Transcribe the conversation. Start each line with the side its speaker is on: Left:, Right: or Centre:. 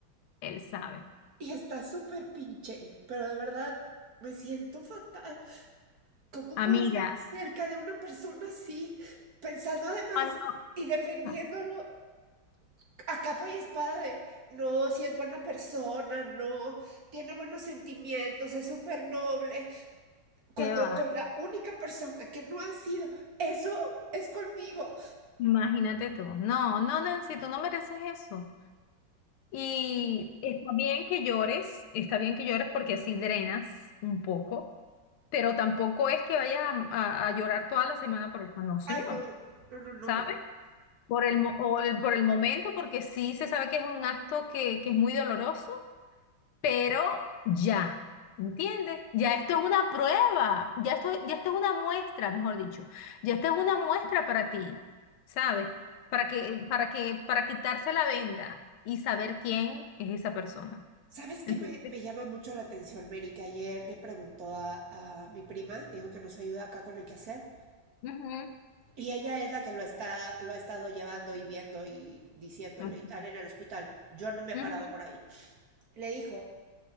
Left: Él sabe.
Right: Y está súper pinche, pero de verdad me siento fatal. ¿Cómo
Left: Amiga,
Right: pude estar cerca de una persona así, pensando además
Left: cuando...
Right: y defendiéndolo
Left: ah,
Right: a capa y espada de, no, si es buena persona, no, tiene buenos sentimientos, es súper noble, cuando
Left: ¿Qué va?
Right: con la única persona que no ha sido, eso es conmigo.
Left: Imagínate tú. No, no, Nancy, tú no mereces eso. Y está bien que llores, está bien que llores porque así drenas un poco, pero tampoco es que vayas a, a- a llorar toda la semana por eso, no, señor,
Right: Ay, no, no, no, no.
Left: sabes Por el, mo- o el- por el momento, porque sí se sabe que es un acto que, que es muy doloroso, pero ya, ¿entiendes? Ya esto es una prueba, ya esto, ya esto es una muestra, mejor dicho, ya esto es una muestra para ti, ¿sabes? Para que, para que, para quitarse la venda y saber quién es esa persona.
Right: ¿Sabes qué
Left: Entonces,
Right: me, me llama mucho la atención, Mary? Que ayer le preguntó a, a mi prima, te digo que nos ayuda acá con el quehacer,
Left: ujú,
Right: y ella es la que lo está, lo ha estado llevando y viendo y diciéndole
Left: ujú,
Right: y tal en el hospital. Yo no me he
Left: ujú.
Right: parado por ahí. Le dijo,